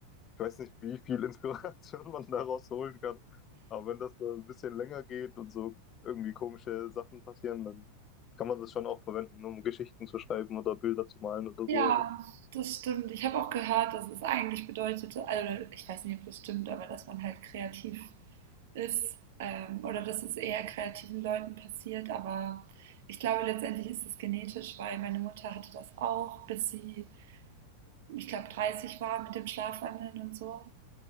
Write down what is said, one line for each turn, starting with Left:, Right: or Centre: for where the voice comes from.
Left: ich weiß nicht, wie viel Inspiration <laughs> man daraus holen kann. Aber wenn das so ein bisschen länger geht und so irgendwie komische Sachen passieren, dann kann man das schon auch verwenden, um Geschichten zu schreiben oder Bilder zu malen oder
Right: Ja,
Left: so.
Right: das stimmt. Ich habe auch gehört, dass es eigentlich bedeutete, also ich weiß nicht, ob das stimmt, aber dass man halt kreativ ist ähm, oder dass es eher kreativen Leuten passiert. Aber ich glaube, letztendlich ist es genetisch, weil meine Mutter hatte das auch, bis sie, ich glaube, 30 war mit dem Schlafwandeln und so.